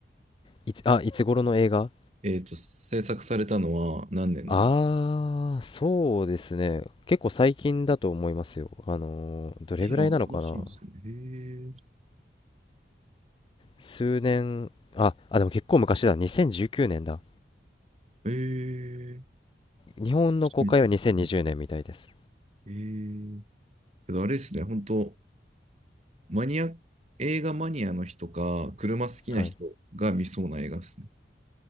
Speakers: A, on the left; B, on the right.
A: いつ、あ、いつ頃の映画
B: えっと、制作されたのは何年なんですか
A: ああー、そうですね。結構最近だと思いますよ。あのーどれぐらいなのかな
B: え、新しいんですね。へ
A: 数年、あ、あ、でも結構昔だ。2019年だ。
B: え <laughs> え
A: 日本の公開は2020年みたいです。
B: 初めて聞いた。へえ。けどあれですね、本当マニア、映画マニアの人か、車好きな人が見そうな映画ですね。
A: はい。